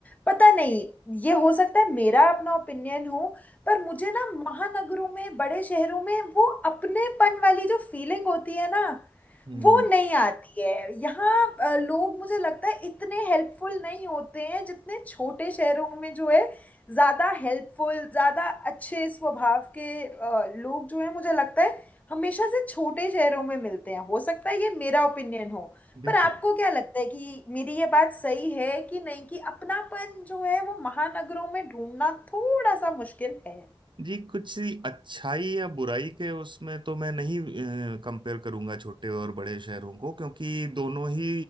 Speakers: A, on the left; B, on the right.
A: पता नहीं ये हो सकता है मेरा अपना ओपिनियन हो पर मुझे ना महानगरों में बड़े शहरों में वो अपनेपन वाली जो फीलिंग होती है ना
B: हम्म
A: वो नहीं आती है यहाँ अ, लोग मुझे लगता है इतने हेल्पफुल नहीं होते हैं जितने छोटे शहरों में जो है ज्यादा हेल्पफुल ज्यादा अच्छे स्वभाव के अ, लोग जो है मुझे लगता है हमेशा से छोटे शहरों में मिलते हैं हो सकता है ये मेरा ओपिनियन हो
B: बिल्कुल
A: पर आपको क्या लगता है कि मेरी ये बात सही है कि नहीं कि अपनापन जो है वो महानगरों में ढूंढना थोड़ा सा मुश्किल है
B: जी कुछ सी अच्छाई या बुराई के उसमें तो मैं नहीं कंपेयर करूंगा छोटे और बड़े शहरों को क्योंकि दोनों ही